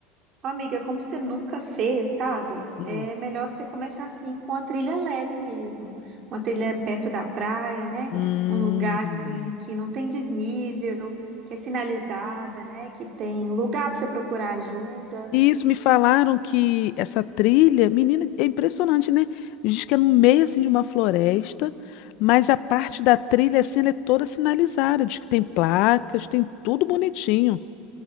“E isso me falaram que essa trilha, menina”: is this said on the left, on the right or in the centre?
Left